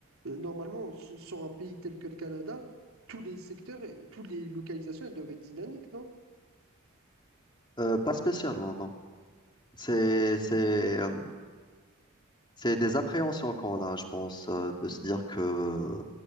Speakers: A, on the right (about 75°); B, on the left (about 20°).
A: euh, normalement, s- sur un pays tel que le Canada, tous les secteurs, et toutes les localisations, elles doivent être dynamiques, non?
B: Euh, pas spécialement, non. C'est, c'est, euh, c'est des appréhensions qu'on a, je pense, euh, de se dire que euh,